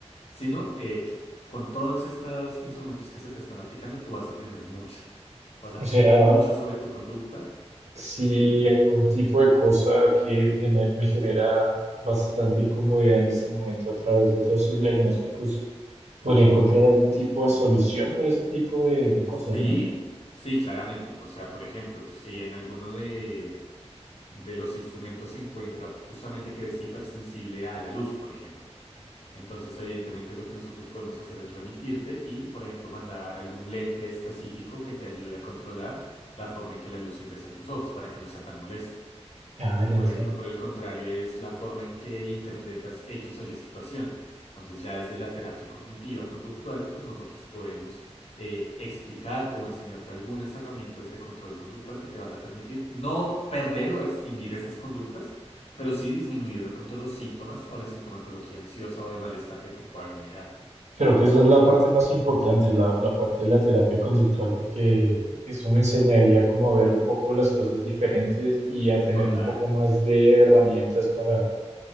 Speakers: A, on the left; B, on the right.
A: sino eh, que con todos estos instrumentos que se te están aplicando, tú vas a aprender mucho. Vas a
B: O
A: aprender
B: sea,
A: mucho sobre tu conducta.
B: si
A: Sí, dime.
B: algún tipo de cosa que gener- me genera bastante incomodidad en este momento a través de todos sus diagnósticos, podría encontrar algún tipo de solución para ese tipo de, de cosas,
A: Sí,
B: ¿no?
A: sí, claramente. O sea, por ejemplo, si en alguno de, de los instrumentos se encuentra justamente que eres hipersensible a la luz, por ejemplo. Entonces, evidentemente, lo que nosotros podemos hacer es remitirte y, por ejemplo, mandar algún lente específico que te ayude a controlar la forma en que la luz ingresa en tus ojos para que no sea tan molesto.
B: Ah,
A: Si,
B: ya
A: por
B: entiendo.
A: ejemplo, por el contrario, es la forma en que interpretas X o Y situación. Entonces, ya desde la terapia cognitiva conductual, pues nosotros podemos eh, explicarte o enseñarte algunas herramientas de control conductual que te van a permitir no perder o extinguir esas conductas, pero sí disminuir de pronto los síntomas o la sintomatología ansiosa o de malestar que te pueda generar.
B: Creo que esa
A: ¿Listo?
B: es la parte más importante, la, la parte de la terapia conductual, porque eso me enseñaría como a ver un poco las cosas diferentes y a tener
A: Total,
B: un poco más de herramientas para